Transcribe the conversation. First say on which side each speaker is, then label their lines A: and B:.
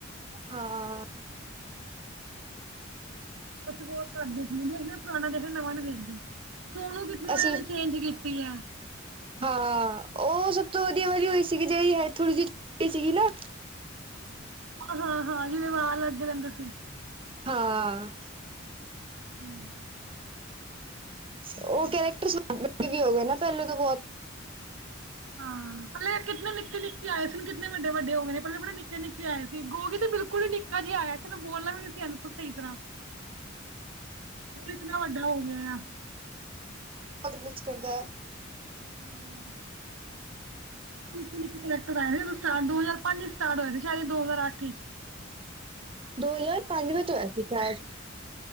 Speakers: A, on the right; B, on the right.
A: ਹਾਂ
B: ਅਸੀਂ ਬਹੁਤ ਘੱਟ ਦੇਖਦੇ -ਦੇਖਦੇ ਪੁਰਾਣਾ ਜਿਹੜਾ ਨਵ ਨ ਦੇਖਦੇ ਸੋਨੂੰ ਕਿ ਮੈਂ
A: ਅਸੀਂ
B: ਇਹ ਨੇ ਚੇਂਜ- ਪ ਹੈ-
A: ਹਾਂ ਉਹ ਸਭ ਤੋਂ ਵਧੀਆ ਵਾਰੀ ਹੋਈ ਸੀਗੀ ਜਿਹੜੀ ਹੈ ਥੋੜ੍ਹੀ ਜਿਹੀ ਸੀਗੀ ਨਾ
B: ਹਾਂ -ਹਾਂ ਜਿਹਦੇ ਵਾਲ ਅਗੇ ਰਹਿੰਦੇ ਸੀ।
A: ਹਾਂ-
B: ਹਮ
A: ਉਹ ਕਰੈਕਟਰ ਵੀ ਹੋ ਗ ਨਾ ਪਹਿਲੇ ਤੋਂ ਬਹੁਤ।
B: ਹਾਂ ਪਹਿਲੇ ਕਿਨੇ ਨਿੱਕੇ- ਨਿੱਕੇ ਆਏ ਸੀਨ ਕਿੰਨੇ ਵੱਡੇ -ਵੱਡੇ ਹੋ ਗਏ ਨੇ ਪਹਿਲੇ ਬੜੇ ਨਿੱਕੇ ਨਿੱਕੇ ਆਏ ਸੀ ਗੋਗੀ ਤੇ ਬਿਲਕੁਲ ਹੀ ਨਿੱਕੇ। ਜੀ ਆਇਆ ਸੀ ਉਹਨੂੰ ਬੋਲਣਾ ਵੀ ਨ ਸੀ ਇਹਨੂੰ ਤ ਸਹੀ ਤਰ੍ਹਾਂ। ਇਹ ਇਤਨਾ ਵੱਡਾ ਹੋ ਗਿਆ ਆ।
A: ਬਹੁਤ ਕੁਛ ਕਰਦਾ ਹੈ।
B: ਹਮ। ਨ ਨਿੱ ਕਰੈਕਟਰ ਆਏ ਸ ਦੋ ਹਜ਼ਾਰ ਪੰਜ ਚ ਸਟਾਰਟ ਹੋਏ ਸੀਦ ਦੋ ਹਜ਼ਾਰੱਠ ਚ।
A: ਦੋ ਹਜ਼ਾਰ ਪੰਜ ਵਿੱਚ ਹੋਇਆ ਸੀ ਸ਼ਾਇਦ।